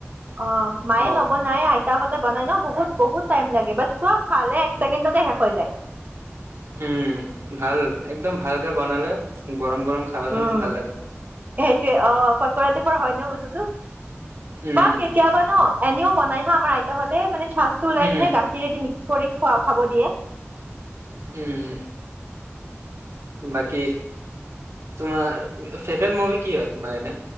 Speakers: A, on the right; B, on the right.
A: অ', মায়ে
B: অ
A: নবনাই আই তাহঁতে বনাই ন বহুত, বহুত টাইম লাগে বাট চব খালে এক ছেকেণ্ডতে শেষ হৈ যায়।
B: উম, ভাল একদম ভালকে বনালে গৰম, গৰম খাবা চন
A: উম
B: ভাল লাগে।
A: সেইটোৱে অ', পকৰা টাইপৰ হয় ন বস্তুটো
B: উম,
A: বা কেতিয়াবা ন এনেও বনাই হা আমাৰ আইতাহতে মানে চাচটো ওলাই
B: উম,
A: কেনে গাখ খিৰেদি মিক্স কৰি খোৱা খাব দিয়ে।
B: উম। বাকী তোমাৰ ফেভাৰেট মুভি কি হয় তোমাৰ এনে?